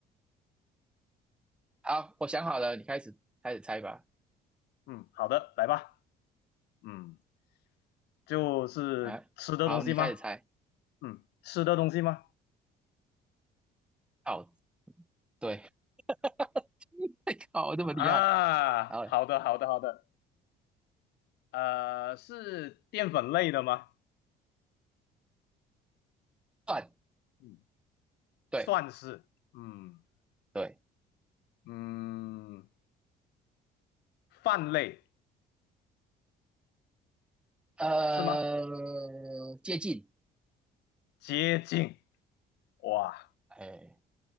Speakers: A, in the centre; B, on the left.
A: 好，我想好了，你开始开始猜吧。
B: 嗯，好的，来吧，嗯，就是吃的东西吗？
A: 哎、好，你开始猜。
B: 嗯，吃的东西吗？
A: 哦，对，<laughs> 靠，这么厉害。
B: 啊，
A: 然后嘞，
B: 好的，好的，好的。呃，是淀粉类的吗？
A: 算，
B: 嗯，
A: 对
B: 算是。嗯
A: 对，
B: 嗯，饭类
A: 呃，
B: 是吗？
A: 接近，
B: 接近。哇，
A: 哎，